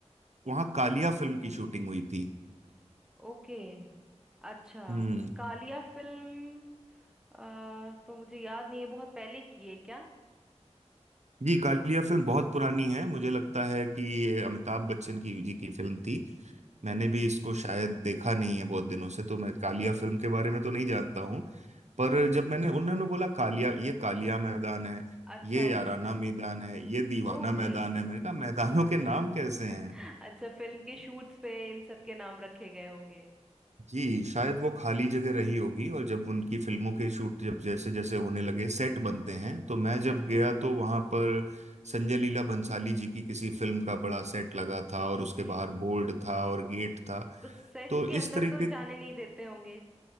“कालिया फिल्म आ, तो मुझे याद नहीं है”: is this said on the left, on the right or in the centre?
Centre